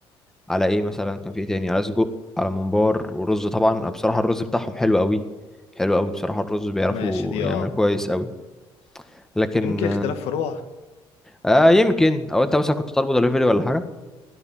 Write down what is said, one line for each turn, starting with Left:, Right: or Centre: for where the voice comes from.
Centre: على ايه مثلا كان فيه إيه تاني على سجق على ممبار ورز طبعا أنا بصراحه الرز بتاعهم حلو قوي حلو قوي بصراحه الرز بيعرفوا
Left: ماشي دي
Centre: يعملوا
Left: اه
Centre: كويس قوي لكن
Left: يمكن اختلاف فروع
Centre: آه يمكن او انت مثلا كنت طالبه دليفري ولا حاجه